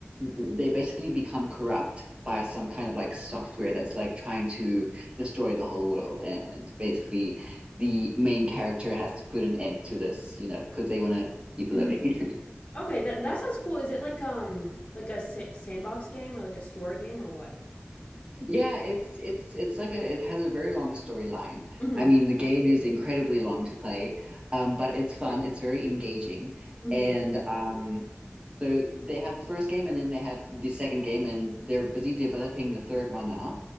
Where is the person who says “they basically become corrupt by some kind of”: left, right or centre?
Right